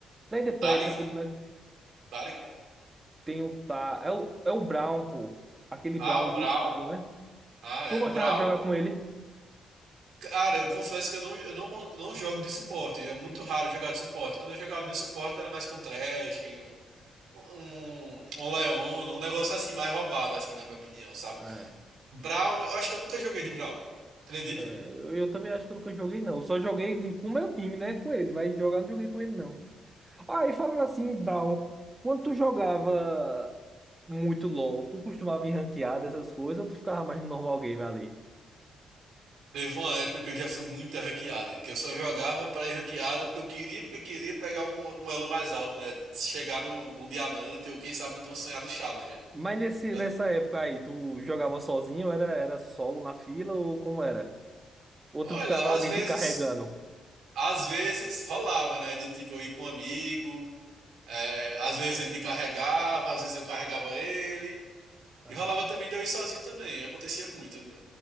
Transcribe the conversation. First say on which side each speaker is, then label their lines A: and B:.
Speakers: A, on the right; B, on the right.
A: Lá em The
B: O
A: Prest,
B: Taric.
A: aquele, né?
B: Tarek
A: Tem o Tá. É o, é o Brown, pô. Aquele
B: Ah,
A: Brown
B: o Brawl.
A: do escudo, né?
B: Ah, é.
A: Tu gostava
B: O Brawl.
A: de jogar com ele?
B: Cara, eu confesso que eu não, eu não, eu não jogo de suporte. É muito raro jogar de suporte. Quando eu jogava de suporte era mais com Thresh, um, um, um Leona, um negócio assim, mais roubado, assim, na minha opinião, sabe?
A: Era.
B: Brawl, eu acho que eu nunca joguei de Brawl. Acredita?
A: É, eu, eu também acho que eu nunca joguei, não. Eu só joguei com o meu time, né? Com ele, mas jogar eu não joguei com ele, não. Ah, e falando assim, Down, quando tu jogava muito LOL, tu costumava ir ranqueado, essas coisas, ou tu ficava mais no normal game ali?
B: Teve uma época que eu já fui muito ranqueada, que eu só jogava pra ir ranqueada porque eu queria, porque queria pegar um, um elo mais alto, né? Chegar no, no diamante ou quem sabe no tão sonhado Challenger.
A: Mas nesse,
B: Eu-
A: nessa época aí, tu jogava sozinho, era, era solo na fila, ou como era? Ou
B: olha,
A: tu ficava alguém
B: às vezes.
A: te carregando?
B: Às vezes rolava, né? De tipo, eu ir com um amigo, é, às vezes ele me carregava, às vezes eu carregava ele.
A: Ah,
B: E rolava também de eu ir sozinho também, acontecia muito, né?